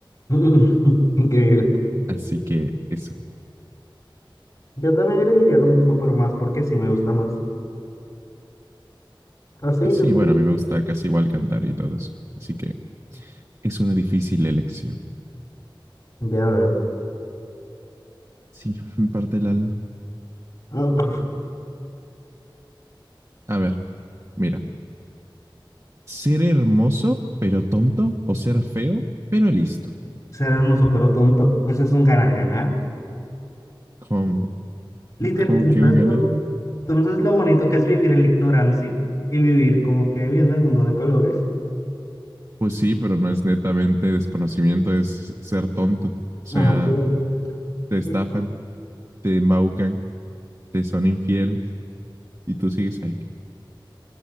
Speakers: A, on the left; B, on the right.
A: <laughs> Increíble.
B: Así que eso.
A: Yo también elegiría lo mismo, pero más porque sí me gusta más. Así,
B: Así,
A: sencillo.
B: bueno, a mí me gusta casi igual cantar y todo eso. Así que es una difícil elección.
A: Ya veo.
B: Sí, me parte el alma.
A: <laughs>
B: A ver, mira. ¿Ser hermoso, pero tonto? ¿O ser feo, pero listo?
A: Ser hermoso pero tonto. Eso es un ganar-ganar.
B: ¿Cómo,
A: Literal,
B: cómo
A: tú no
B: que
A: sabes
B: un ganar.
A: lo, tú no sabes lo bonito que es vivir en la ignorancia y vivir como que viendo el mundo de colores.
B: Pues sí, pero no es netamente desconocimiento, es ser tonto. O sea,
A: Ah, pero
B: te estafan,
A: igual,
B: te embaucan, te son infieles y tú sigues ahí.